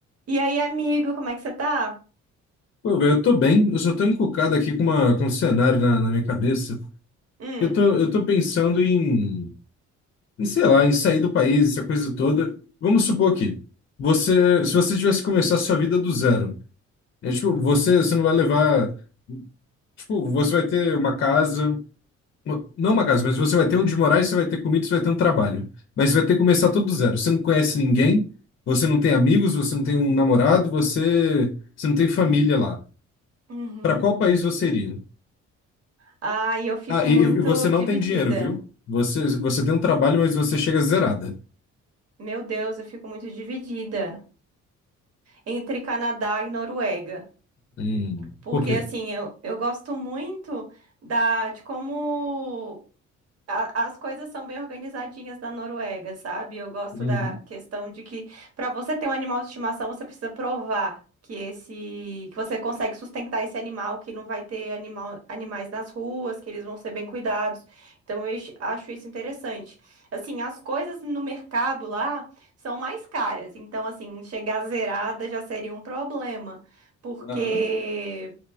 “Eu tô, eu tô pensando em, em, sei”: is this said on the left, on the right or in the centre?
Left